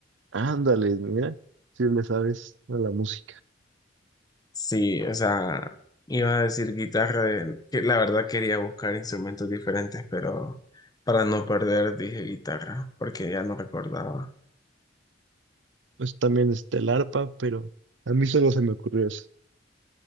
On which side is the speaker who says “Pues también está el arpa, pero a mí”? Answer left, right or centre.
Right